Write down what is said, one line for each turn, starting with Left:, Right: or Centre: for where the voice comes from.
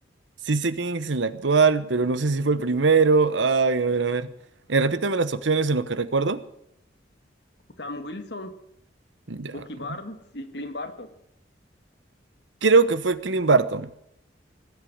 Right: Sí sé quién es el actual, pero no sé si fue el primero. Ay, a ver, a ver. Eh, repítame las opciones en lo que recuerdo.
Left: Sam Wilson,
Right: Ya.
Left: Bucky
Right: ¿no?
Left: Barnes y Clint Barton.
Right: Creo que fue Clint Barton.